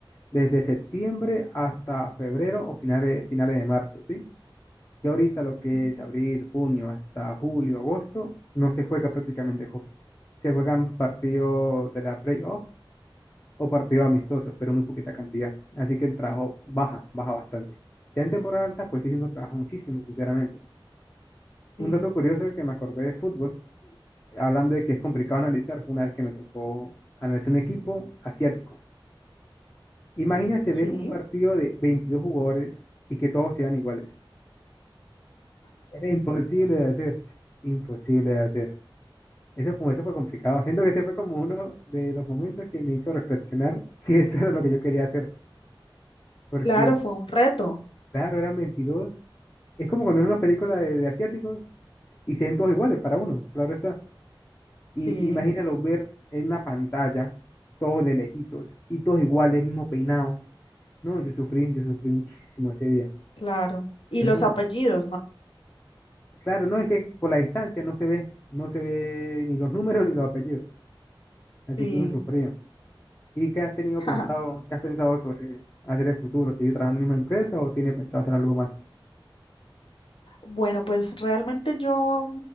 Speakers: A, on the left (about 30°); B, on the left (about 75°).
A: desde septiembre hasta febrero o finales, finales de marzo, ¿sí? Y ahorita lo que
B: Ujú.
A: es abril, junio, hasta julio, agosto, no se juega prácticamente hockey. Se juegan partidos de la playoff o partidos amistosos, pero muy poquita cantidad. Así que el trabajo baja, baja bastante. Ya en temporada alta, pues sí, uno trabaja muchísimo, sinceramente.
B: sí
A: Un dato curioso que me acordé de fútbol, hablando de que es complicado analizar, fue una vez que me tocó analizar un equipo asiático. Imagínese ver
B: Sí,
A: un partido de 22 jugadores y que todos sean iguales. Era imposible de hacer, imposible de hacer. ese fue, ese fue complicado. Siento que ese fue como uno de los momentos que me hizo reflexionar <laughs> si eso era lo que yo quería hacer. Porque,
B: Claro, fue un reto.
A: claro, eran veintidós Es como cuando en una película de, de asiáticos y se ven todos iguales para uno, claro está. Y
B: Sí,
A: imagínalo ver en una pantalla, todos de lejitos y todos iguales, mismo peinado. No, yo sufrí, yo sufrí muchísimo ese día.
B: claro. Y
A: Pero
B: los
A: eso-
B: apellidos, ¿no?
A: claro, no es que por la distancia no se ve, no se ve ni los números ni los apellidos. Así
B: Sí.
A: que uno sufría. ¿Y qué has tenido
B: <laughs>
A: pensado, qué has pensado sobre hacer el futuro? ¿Seguir trabajando en la misma empresa o tiene pensado hacer algo más?
B: Bueno, pues realmente yo,